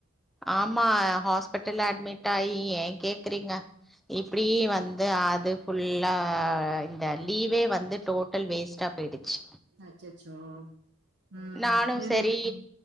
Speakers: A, in the centre; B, on the right.
A: ஆமா ஹாஸ்பிட்டல்ல அட்மிட் ஆயி ஏ கேக்குறீங்க இப்டி வந்து அது ஃபுல்லா இந்த லீவே வந்து டோட்டல் வேஸ்டா போய்டிச்சு
B: அச்சச்சோ ம்
A: நானு
B: சேரி
A: செரி
B: ம்